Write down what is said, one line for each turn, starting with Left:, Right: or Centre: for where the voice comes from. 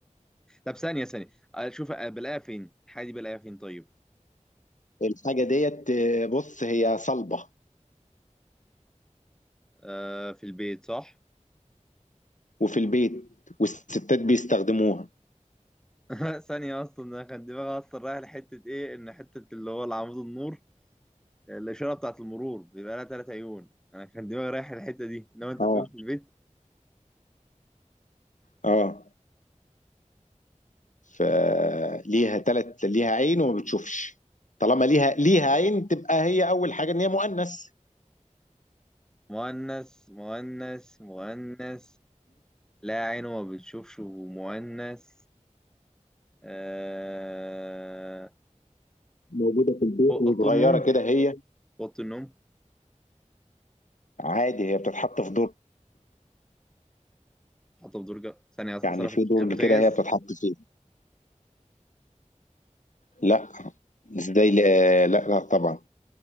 Centre: طب ثانية ثانية اشوف بلاقيها فين الحاجة دي بلاقيها فين طيب
Left: الحاجه ديت آه، بص هي صلبه
Centre: آه في البيت صح
Left: وفي البيت والستات بيستخدموها
Centre: <laughs> ثانية اصلا انا كان دماغي اصلا رايح لحتة ايه ان حتة اللي هو العمود النور الاشارة بتاعت المرور بيبقى لها تلات عيون انا كان دماغي رايح الحتة دي انما انت
Left: اه
Centre: تقول في البيت
Left: اه فليها ثلاث ليها عين وما بتشوفش طالما ليها ليها عين تبقى هي اول حاجه ان هي مؤنث
Centre: مؤنث مؤنث مؤنث لا عينه ما بتشوفش ومؤنث آه...
Left: موجوده في البيت
Centre: اوضه
Left: وصغيره
Centre: النوم
Left: كده هي
Centre: اوضه النوم
Left: عادي هي بتتحط في دور
Centre: حاطه في درجه ثانيه اصلا
Left: يعني في درج
Centre: البوتاجاز
Left: كده هي بتتحط فيه لا ازاي لا لا, لا طبعا